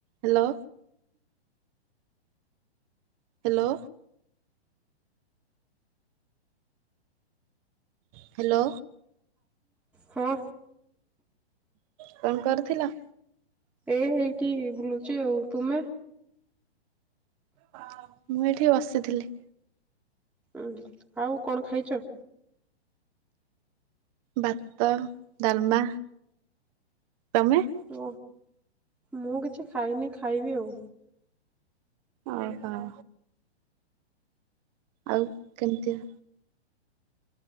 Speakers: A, on the right; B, in the centre.
A: Hello hello hello
B: ହଁ
A: କଣ କରୁଥିଲ?
B: ଏ ଏଇଠି ବୁଲୁଚି ଆଉ ତୁମେ?
A: ହଁ ମୁଁ ଏଠି ବସିଥିଲି।
B: ଉ ଆଉ କଣ ଖାଇଚ?
A: ଭାତ ଡାଲମା ତମେ?
B: ଓ ମୁଁ କିଛି ଖାଇନି ଖାଇବି ଆଉ।
A: ଓହୋ ଆଉ କେମିତିଆ